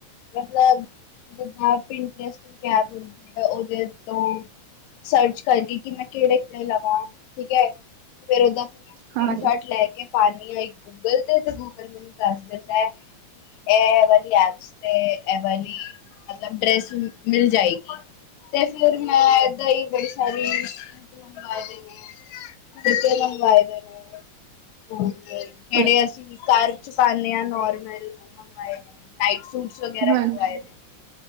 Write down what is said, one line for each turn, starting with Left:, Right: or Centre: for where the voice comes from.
Left: ਮਤਲਬ ਜਿੱਦਾਂ ਪਿੰਟਰਸ ਐਪ ਹੁੰਦੀ ਹੈ ਉਹਦੇ ਤੋਂ ਸਰਚ ਕਰਕੇ ਕਿ ਮੈਂ ਕਿਹੜੇ ਕਪੜੇ ਲਵਾਂ ਠੀਕ ਹੈ ਤੇ ਫੇਿਰ ਓਦਾਂ ਫਿਰ ਸਕ੍ਰਰੀਨ
Right: ਹਾਂਜੀ,
Left: ਸ਼ਾਟ ਲੈ ਕੇ ਪਾਨੀ ਆ, ਇਕ ਗੂਗਲ ਤੇ ਤੇ ਗੂਗਲ ਮੈਨੂੰ ਦੱਸ ਦਿੱਤਾ ਹੈ। ਏ ਵਾਲ ਐਸ ਤੇ ਏ ਵਾਲੀ ਮਤਲਬ ਡ੍ਰੈਸ ਮਿਲ ਜਾਏਗੀ। ਤੇ ਫਿਰ ਮੈਂ ਏਦਾਂ ਹੀ ਬੜੀ ਸਾਰੀ ਬੋਤਲਾ ਮੰਗਵਾਏ ਦੀ ਮੈ। ਕੁਰਤੇ ਮਗਵਾਏ ਦੇ ਨੇ। ਜਿਹੜੇ
Right: ਅੱ
Left: ਅਸੀਂ ਘਰ ਚ ਪਾਦੇ ਹ ਨੋਰਮਲ ਉਹ ਮੰਗਵਾਏ ਨੇ। <unintelligible> ਵਗੈਰਾ
Right: ਹਾਂਜੀ,
Left: ਮੰਗਵਾਏ ਨੇ।